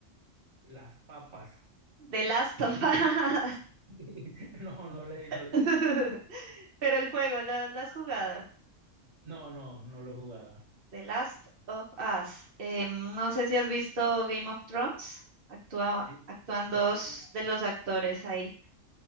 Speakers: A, on the right (about 65°); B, on the right (about 50°).
A: Las papas.
B: The Last of Us.
A: <laughs> No, no le, no, le-
B: <laughs> Pero el juego, ¿lo, lo has jugado?
A: no, no, no lo he jugado.
B: The Last of Us. Eh, no sé si has visto Game of Thrones. Actúa,
A: Sí,
B: actúan
A: sí,
B: dos
A: sí, claro.
B: de los actores ahí.